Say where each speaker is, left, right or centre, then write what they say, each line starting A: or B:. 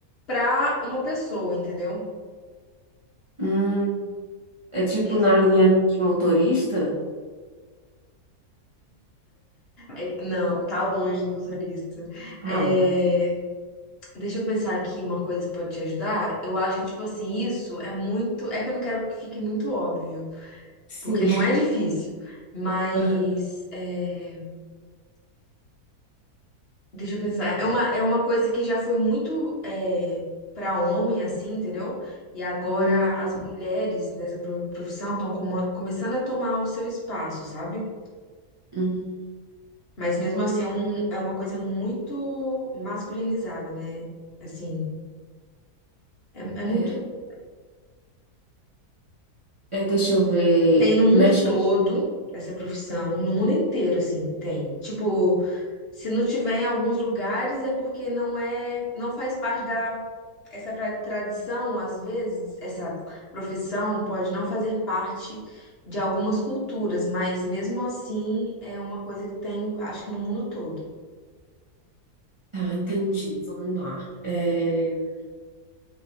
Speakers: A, on the left; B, on the right.
A: pra uma pessoa, entendeu?
B: Hum, é tipo
A: Ele,
B: na linha de motorista?
A: é- não, tá longe do motorista.
B: Ah,
A: É, deixa eu pensar aqui uma coisa que pode te ajudar. Eu acho que, tipo assim, isso é muito. É que eu não quero que fique muito óbvio.
B: sim.
A: porque não é difícil. Mas,
B: Aham.
A: é, deixa eu pensar, é uma, é uma coisa que já foi muito é, para homem, assim, entendeu? E agora
B: Hum,
A: as mulheres nessa pro- profissão estão começando a tomar o seu espaço, sabe?
B: hum,
A: Mas mesmo
B: tá.
A: assim é, um, é uma coisa muito masculinizada, né? Assim, é, é muito.
B: É, é, deixa eu ver.
A: Tem no mundo
B: Mexe.
A: todo essa profissão, no mundo inteiro, assim, tem. Tipo, se não tiver em alguns lugares é porque não é, não faz parte da Essa tra- tradição, às vezes, essa profissão pode não fazer parte de algumas culturas, mas mesmo assim é uma coisa que tem, acho que no mundo todo.
B: Tá, entendi. Vamos lá. É.